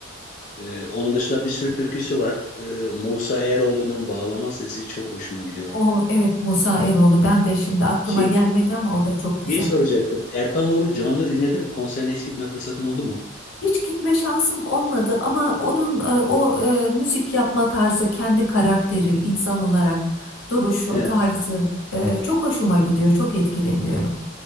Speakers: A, on the left; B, on the left.
A: Ee, onun dışında bir sürü türküsü var. Ee, Musa Eroğlu'nun bağlama sesi çok hoşuma gidiyor.
B: O evet Musa Eroğlu. Ben de şimdi aklıma
A: Şey,
B: gelmedi ama o da çok
A: şeyi
B: güzel.
A: soracaktım. Erkan Oğur'u canlı dinledin mi? Konserine hiç gitme fırsatın oldu mu?
B: Hiç gitme şansım olmadı ama onun e, o e, müzik yapma tarzı, kendi karakteri, insan olarak duruşu,
A: Evet,
B: tarzı e, çok hoşuma gidiyor. Çok etkileniyorum.